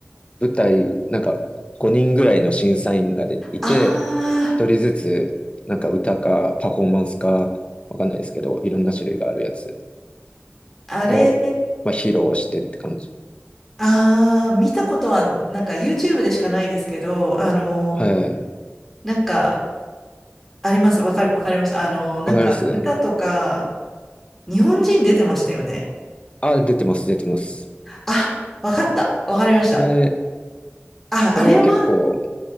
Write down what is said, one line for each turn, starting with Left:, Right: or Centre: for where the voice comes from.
Left: 舞台、なんか、5人ぐらいの審査員がでいて、
Centre: あ
Left: 1人ずつ、なんか歌かパフォーマンスか、わかんないですけど、いろんな種類があるやつ
Centre: あ、あれ、
Left: を、まあ、披露してって感じ。
Centre: ああ、見たことは、なんか YouTube でしかないですけど、あの、
Left: はい。
Centre: なんか、あります。わかる、わかりました。あの、なんか、
Left: わかります
Centre: 歌とか、日本人出てましたよね。
Left: あ、出てます、出てます。
Centre: あ、わかった。わかりました。
Left: それ、
Centre: あ、
Left: それは結構、
Centre: あれは、